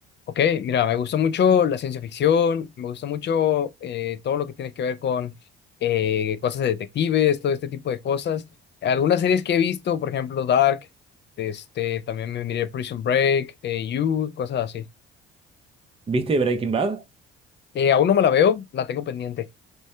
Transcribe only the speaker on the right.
¿Viste Breaking Bad?